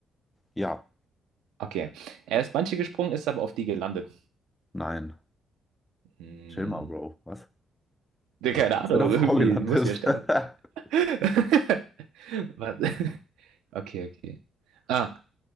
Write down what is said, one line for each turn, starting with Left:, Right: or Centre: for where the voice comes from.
Left: Ja.
Right: Okay. Er ist Bungee gesprungen, ist aber auf die gelandet.
Left: Nein.
Right: Hm.
Left: Chill mal, Bro. Was?
Right: Ja,
Left: Er
Right: Keine
Left: ist auf
Right: Ahnung,
Left: seiner Frau
Right: irgendwie
Left: gelandet.
Right: muss sie ja sterben.
Left: <laughs>
Right: <laughs> Was? Okay, okay. Ah,